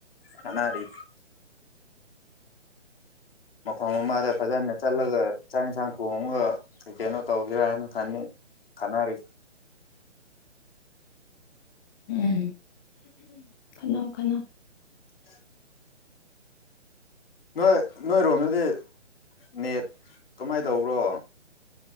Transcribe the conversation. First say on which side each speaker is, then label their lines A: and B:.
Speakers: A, on the left; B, on the left.
A: ꯁꯥꯟꯅꯔꯤ ꯃꯐꯝ ꯑꯃꯗ ꯐꯖꯅ ꯆꯠꯂꯒ ꯆꯥꯛ ꯌꯦꯟꯁꯥꯡ ꯊꯣꯡꯉꯒ ꯀꯩ ꯀꯩꯅꯣ ꯇꯧꯒꯦꯔꯥ ꯍꯥꯏꯅ ꯈꯟꯅꯤ ꯈꯟꯅꯔꯤ
B: ꯎꯝ ꯈꯟꯅꯧ ꯈꯟꯅꯧ
A: <inaudible> ꯅꯣꯏ ꯅꯣꯏꯔꯣꯝꯗꯗꯤ ꯅꯦꯠ ꯀꯃꯥꯏꯅ ꯇꯧꯕ꯭ꯔꯣ